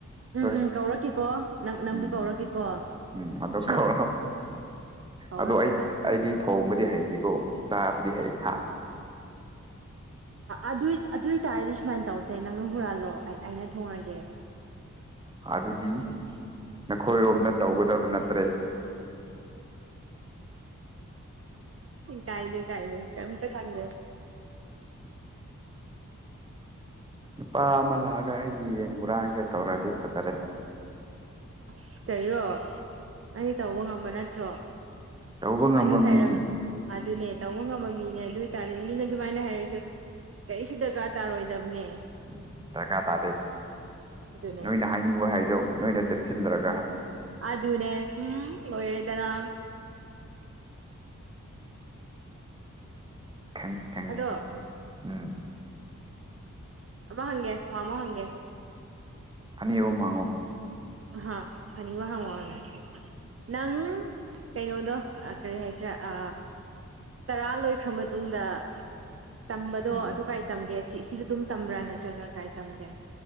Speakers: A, on the right; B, on the right.
A: ꯎꯝ
B: ꯑꯗꯣ
A: ꯎꯝ ꯀꯧꯔꯛꯀꯀꯣ ꯅꯪ ꯅꯪꯕꯨ
B: ꯎꯝ
A: ꯀꯧꯔꯛꯀꯦꯀꯣ
B: ꯎꯝ ꯑꯗꯣ
A: ꯍ
B: ꯀꯧꯔꯣ
A: ꯀꯧꯔꯛꯀꯦꯕ
B: ꯑꯗꯣ ꯑꯩ ꯑꯩꯗꯤ ꯊꯣꯡꯕꯗꯤ ꯍꯩꯇꯦꯀꯣ ꯆꯥꯕꯗꯤ ꯍꯩ ꯍꯥ
A: ꯑꯗꯨ ꯑꯗꯨ ꯑꯗꯨ ꯇꯥꯔꯦꯗꯤꯁꯨꯃꯥꯟ ꯇꯧꯁꯦ ꯅꯪꯅ ꯍꯨꯔꯥꯜꯂꯣ ꯑꯩꯅ ꯊꯣꯡꯉꯒꯦ
B: ꯑꯗꯨꯗꯤ ꯅꯈꯣꯏꯔꯣꯝꯗ ꯇꯧꯒꯗꯕ ꯅꯠꯇ꯭ꯔꯦ
A: ꯀꯥꯏ ꯂꯩ ꯀꯥꯏ ꯂꯩ ꯀꯝꯇ ꯈꯥꯟꯗꯦ
B: ꯅꯨꯄꯥ ꯑꯃ ꯂꯥꯛꯑꯒ ꯑꯩꯒꯤ ꯌꯦꯟ ꯍꯨꯔꯥꯡꯁꯦ ꯇꯧꯔꯗꯤ ꯐꯖꯔꯦ
A: ꯑꯁ ꯀꯔꯣ ꯅꯪꯗꯤ ꯇꯧꯕ ꯉꯝꯕ ꯅꯠꯇ꯭ꯔꯣ
B: ꯇꯧꯕ ꯉꯝꯕ
A: ꯑꯗꯨ ꯍꯥꯏꯔꯒ
B: ꯃꯤꯅꯤ
A: ꯑꯗꯨꯅꯦ ꯇꯧꯕ ꯉꯝꯕ ꯃꯤꯅꯦ ꯑꯗꯨ ꯑꯣꯏꯇꯥꯔꯗꯤ ꯃꯤꯅ ꯑꯗꯨꯃꯥꯏꯅ ꯍꯥꯏꯔꯁꯨ ꯀꯔꯤꯁꯨ ꯗꯔꯀꯥꯔ ꯇꯥꯔꯣꯏꯗꯕꯅꯦ
B: ꯎꯝ ꯗꯔꯀꯥ ꯇꯥꯗꯦ
A: ꯑꯗꯨꯅꯦ
B: ꯅꯣꯏꯅ ꯍꯥꯏꯅꯤꯡꯕ ꯍꯥꯏꯖꯧ ꯅꯣꯏꯅ ꯆꯦꯛꯁꯤꯜꯗꯔꯒ
A: ꯑ ꯑꯗꯨꯅꯦ ꯎꯝꯦꯗꯅꯥ
B: ꯈꯪꯤ ꯈꯪꯉꯤ
A: ꯑꯗꯣ
B: ꯎꯝ
A: ꯑꯃꯃ ꯍꯪꯒꯦ ꯋꯥꯃ ꯍꯪꯒꯦ
B: ꯎꯝ ꯑ ꯌꯦ ꯃꯉꯣ
A: ꯑ ꯍꯅꯤ ꯋꯥꯍꯉꯗꯅꯤ ꯅꯪ ꯀꯩꯅꯣꯗꯣ ꯀꯔꯤ ꯍꯥꯏꯁꯤꯔꯦ ꯑ ꯇꯔꯥ ꯂꯣꯏꯈ꯭ꯔ ꯃꯇꯨꯡꯗ ꯇꯝꯕꯗꯣ
B: ꯎꯝ
A: ꯑꯗꯨ ꯀꯥꯏ ꯇꯝꯒꯦ ꯁꯤ ꯁꯤꯗ ꯑꯗꯨꯝ ꯇꯝꯕ꯭ꯔꯥ ꯅꯠꯇ꯭ꯔꯒ ꯀꯥꯏ ꯇꯝꯒꯦ